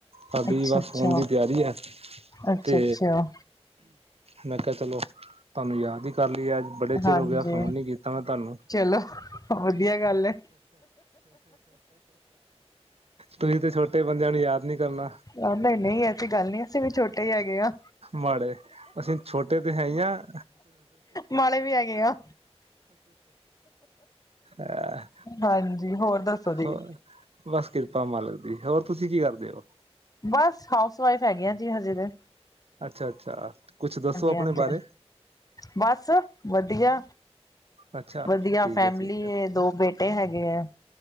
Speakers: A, on the right (about 65°); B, on the left (about 35°).
A: ਸਾਡੀ
B: ਅੱਛਾ
A: ਬਸ
B: ਅੱਛਾ
A: ਸੌਣ ਦੀ ਤਿਆਰੀ ਹੈ,
B: ਅੱਛਾ
A: ਤੇ
B: ਅੱਛਾ
A: ਮੈਂ ਕਿਹਾ ਚਲੋ। ਤੁਹਾਨੂੰ ਯਾਦ ਹੀ ਕਰ ਲਈ ਏ ਅੱਜ। ਬੜੇ ਚਿਰ
B: ਹਾਂਜੀ
A: ਹੋ ਗਿਆ, ਫੋਨ ਨੀ ਕੀਤਾ ਮੈਂ ਤੁਹਾਨੂੰ
B: ਚਲੋ ਵਧੀਆ ਗੱਲ ਹੈ
A: ਤੁਸੀਂ ਤੇ ਛੋਟੇ ਬੰਦਿਆਂ ਨੂੰ ਯਾਦ ਨੀ ਕਰਨਾ
B: ਹ ਨਹੀਂ -ਨਹੀਂ ਐਸੀ ਗੱਲ ਨੀ, ਅਸੀਂ ਵੀ ਛੋਟੇ ਹੀ ਹੈਗੇ ਹਾਂ
A: ਮਾੜੇ, ਅਸੀਂ ਛੋਟੇ ਤੇ ਹੈ ਹੀ ਹਾਂ।
B: ਮਾੜੇ ਵੀ ਹੈਗੇ ਆ
A: ਹ
B: ਹਾਂਜੀ ਹੋਰ ਦੱਸੋ ਜੀ
A: ਹੋਰ। ਬਸ ਕਿਰਪਾ ਮਾਲਕ ਦੀ, ਹੋਰ ਤੁਸੀਂ ਕੀ ਕਰਦੇ ਹੋ
B: ਬਸ ਹਾਊਸ ਵਾਈਫ ਹੈਗੇ ਆਂ ਜੀ ਹਜੇ ਤੇ
A: ਅੱਛਾ -ਅੱਛਾ, ਕੁਛ ਦੱਸੋ ਆਪਣੇ
B: ਹਾਂਜੀ
A: ਬਾਰੇ
B: ਬਸ ਵਧੀਆ
A: ਅੱਛਾ
B: -ਵਧੀਆ
A: ਠੀਕ
B: ਫੈਮਲੀ
A: ਹੈ ਠੀਕ ਹੈ
B: ਏ, ਦੋ ਬੇਟੇ ਤੇ ਹੈਗੇ ਹੈ।